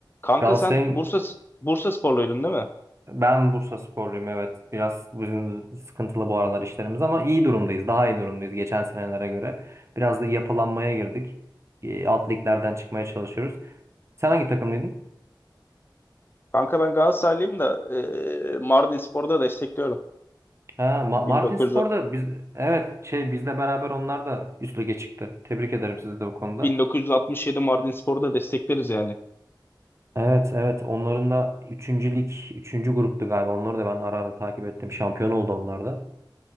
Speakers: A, on the left; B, on the right.
A: Kanka
B: Galatasaray'ın
A: sen Bursa Bursa sporluydun değil mi?
B: ben Bursasporluyum evet. Biraz bizim sıkıntılı bu aralar işlerimiz ama iyi durumdayız. Daha iyi durumdayız geçen senelere göre. Biraz da yapılanmaya girdik. E, Alt liglerden çıkmaya çalışıyoruz. Sen hangi takımlıydın?
A: Kanka ben Galatasaraylıyım da e, Mardinspor'u da destekliyorum.
B: Ha, Ma- Martinspor'da
A: 1900,
B: biz evet şey bizle beraber onlar da üst lige çıktı. Tebrik ederim sizi de bu konuda.
A: 1967 Mardinspor'u da destekleriz yani.
B: Evet evet onların da 3. lig 3. gruptu galiba. Onları da ben ara ara takip ettim. Şampiyon oldu onlar da.